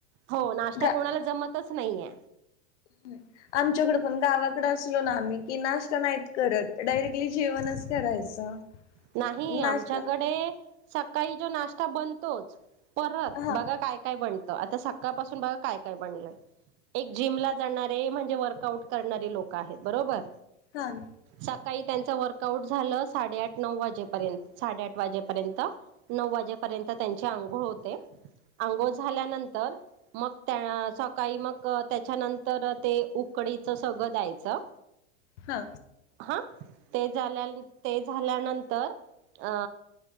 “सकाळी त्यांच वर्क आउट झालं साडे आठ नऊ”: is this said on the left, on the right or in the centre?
Right